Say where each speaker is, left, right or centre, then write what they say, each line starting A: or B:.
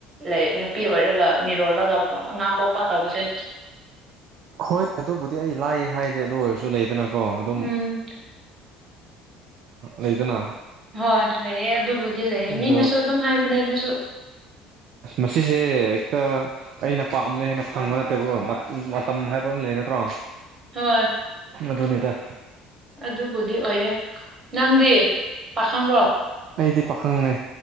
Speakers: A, on the right; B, on the right.
A: ꯂꯩ ꯅꯨꯄꯤ ꯑꯣꯏꯔꯒ ꯃꯤꯔꯣꯜꯂꯒꯒꯣ ꯑꯉꯥꯡ ꯄꯣꯛꯄ ꯇꯧꯕꯁꯦ
B: ꯍꯣꯏ ꯑꯗꯨꯕꯨꯗꯤ ꯑꯩ ꯂꯥꯏ ꯍꯥꯏꯗꯦ ꯑꯗꯨ ꯑꯣꯏꯔꯁꯨ ꯂꯩꯗꯅꯀꯣ ꯑꯗꯨꯝ
A: ꯎꯝ
B: ꯂꯩꯗꯨꯅ
A: ꯍꯣꯏ ꯂꯩꯌꯦ ꯑꯗꯨꯕꯨꯗꯤ ꯂꯩꯌꯦ
B: ꯑꯗꯣ
A: ꯃꯤꯅꯁꯨ ꯑꯗꯨꯝ ꯍꯥꯏꯕꯅꯦ ꯑꯗꯨꯁꯨ
B: ꯑꯁ ꯃꯁꯤꯁꯦ ꯀ ꯑꯩꯅ ꯄꯥꯝꯂꯦ ꯍꯥꯏꯅ ꯐꯪꯕ ꯅꯠꯇꯦꯕꯣ ꯃꯠ ꯃꯇꯝ ꯍꯥꯏꯕ ꯑꯃ ꯂꯩ ꯅꯠꯇ꯭ꯔꯣ
A: ꯍꯣꯏ
B: ꯃꯗꯨꯅꯤꯗ
A: ꯑꯗꯨꯕꯨꯗꯤ ꯑꯣꯏꯌꯦ ꯅꯪꯗꯤ ꯄꯥꯈꯪꯔꯣ
B: ꯑꯩꯗꯤ ꯄꯥꯈꯪꯅꯦ